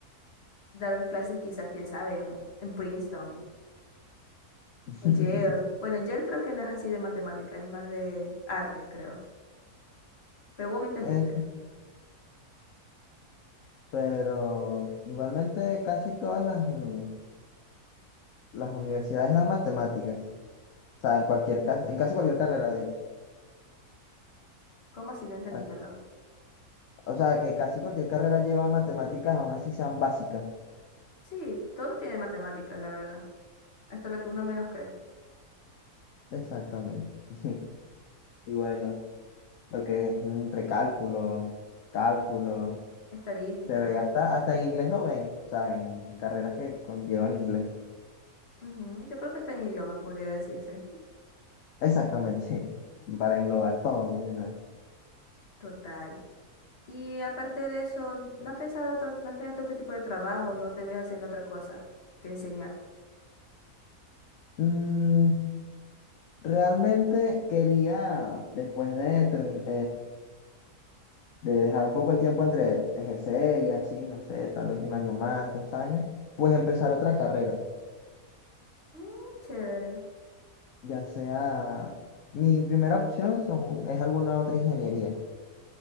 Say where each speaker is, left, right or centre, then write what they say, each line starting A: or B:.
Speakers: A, on the left; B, on the left.
A: dar clases quizás, quién sabe, en, en Princeton.
B: <laughs>
A: En Yale. Bueno, en Yale creo que no es así de matemáticas, es más de artes, creo. Pero vos me entendiste.
B: Es- pero igualmente casi todas las, mm, las universidades dan matemáticas. O sea, en cualquier, ca- en casi cualquier carrera, de hecho.
A: ¿Cómo así? No entendí,
B: A-
A: perdón.
B: O sea, que casi cualquier carrera lleva matemáticas, aun así sean básicas.
A: Sí, todo tiene matemáticas, la verdad. Hasta lo que uno menos cree.
B: Exactamente. <laughs> Y bueno, lo que es un precálculo, cálculo,
A: Estadística.
B: se ve hasta, hasta en inglés lo ven. O sea, en carreras que conllevan inglés.
A: Ujú, Yo creo que está en idiomas, pudiera decirse.
B: Exactamente. <laughs> Para englobar todo de una vez.
A: Total. Y aparte de eso, ¿no has pensado otro, no has tenido otro tipo de trabajo? ¿No te ves haciendo otra cosa que enseñar?
B: Mm, realmente quería, después de terminar, de dejar un poco el tiempo entre ejercer y así, no sé, tal vez un año más, dos años, pues empezar otra carrera,
A: Mm, chévere.
B: ya sea, mi primera opción son, es alguna otra ingeniería,